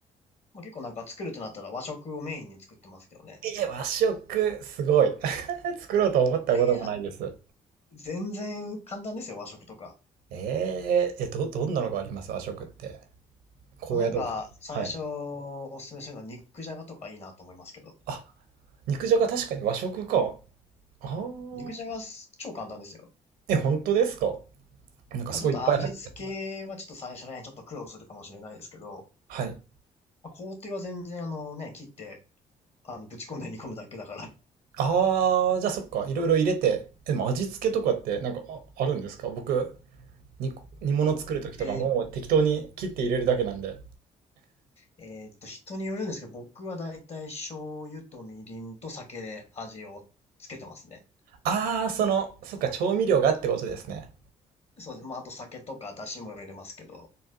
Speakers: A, on the left (about 45°); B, on the right (about 80°).
A: まあ、結構なんか作るとなったら和食をメインに作ってますけどね。
B: えー、和食、すごい。<laughs> 作ろうと思ったこともないです。
A: いやいや、全然簡単ですよ、和食とか。
B: えー、え、ど、どんなのがあります和食って。高野豆腐で。
A: まあ、なんか、最初おすすめするのは肉じゃがとかいいなと思いますけど。
B: はい。あ、肉じゃが確かに和食か。ああ。
A: 肉じゃがす超簡単ですよ。
B: え、本当ですかなんかすごいいっぱい入って。
A: まあ、ちょっと味付けはちょっと最初ね、ちょっと苦労するかもしれないですけど、
B: はい。
A: まあ、工程は全然あのね、切って、あの、ぶち込んで煮込むだけだから。
B: ああ、じゃあそっか。いろいろ入れて。えでも味付けとかってなんかあ、あるんですか僕、煮、煮物作るときとかもう適当に切って入れるだけなんで。
A: ほうほうえーえーっと、人によるんですけど、僕はだいたい醤油とみりんと酒で味をつけてますね。
B: ああ、その、そっか、調味料がってことですね。
A: そうですね。まあ、あと酒とか出汁も入れますけど。